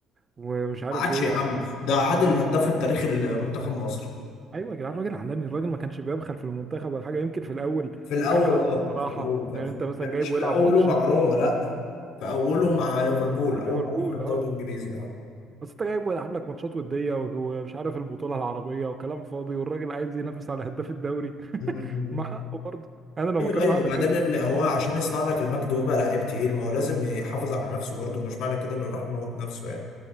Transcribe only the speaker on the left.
ما عادش
يا عم
ده عادل
الهداف
التاريخي لمنتخب مصر
في الاول
اه
في الاول بقى.
مش في
اوله
مع
روما لا في اوله مع ليفربول اول
ما راح الدوري
الانجليزي اه
مم.
ايوه
ايوه
وبعدين
ان هو عشان يصنع لك المجد ويبقى لعيب تقيل ما هو لازم يحافظ على نفسه برضه مش معنى كده انه يروح يموت نفسه يعني